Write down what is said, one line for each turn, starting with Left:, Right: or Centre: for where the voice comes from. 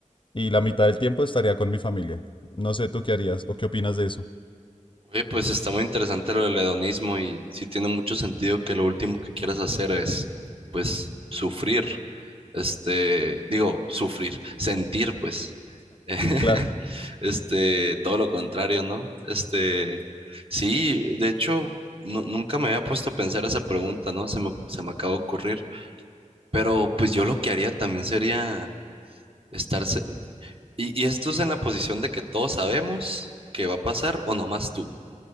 Left: y la mitad del tiempo estaría con mi familia. No sé tú qué harías o qué opinas de eso.
Right: Oye, pues está muy interesante lo del hedonismo y sí tiene mucho sentido que lo último que quieras hacer es, pues, sufrir. Este, digo, sufrir, sentir, pues. <laughs>
Left: Claro.
Right: Este, todo lo contrario, ¿no? Este, sí, de hecho, nu- nunca me había puesto a pensar esa pregunta, ¿no? Se me, se me acaba de ocurrir. Pero pues yo lo que haría también sería estarse. Y, y esto es en la posición de que todos sabemos que va a pasar o nomás tú.